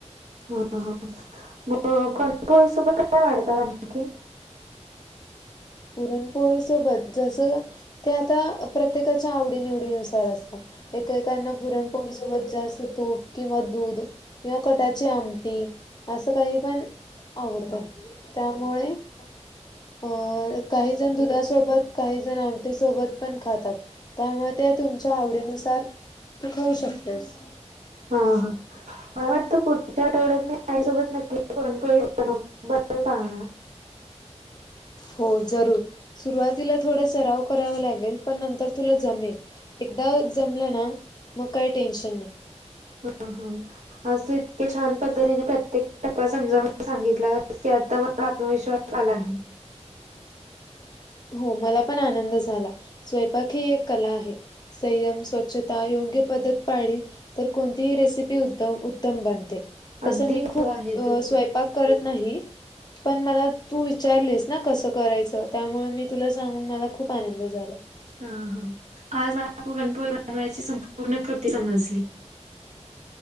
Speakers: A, on the right (about 80°); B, on the left (about 35°).
A: हा, हा, मग पुरणपोळीसोबत काय वाढतात आणखी?
B: <inaudible> पोळी सोबत जसं, ते आता प्रत्येकाच्या आवडी निवडीनुसार असत. एकेकांना पुरणपोळीसोबत जास्त तूप किंवा दूध किंवा कटाची आमटी- असं काही पण आवडतात, त्यामुळे- अ
A: हा
B: काही जण दुधासोबत, काही जण आमटी सोबत पण खातात. त्यामुळे ते तुमच्या आवडीनुसार तू खाऊ शकतेस.
A: हा हा मला वाटतं पुढच्या आठवड्यात मी आईसोबत नक्की पुरणपोळी बनव <unintelligible> हा, हा.
B: हो जरूर. सुरुवातीला थोडा सराव करावा लागेल, पण नंतर तुला जमेल. एकदा जमलं ना, मग काही टेन्शन नाही.
A: हा हा. आज तू इतक्या छान पद्धतीने प्रत्येक टप्पा समजावून सांगितला की, आता माझा आत्मविश्वास आलाय.
B: हो मला पण आनंद झाला. स्वयंपाक ही एक कला आहे. संयम, स्वच्छता योग्य पद्धत पाळली. तर कोणतीही रेसिपी उत्तम तम बनते.
A: अगदी
B: तस मी
A: खरं
B: खूप
A: आहे
B: स्वंयपाक
A: तुझ
B: पाक करत नाही. पण मला तू विचारलेस ना कस करायच त्यामुळे मी तुला सांगून मला खूप आनंद झाला.
A: हा हा. आज मला पुरणपोळी बनवायची संपूर्ण कृती समजली.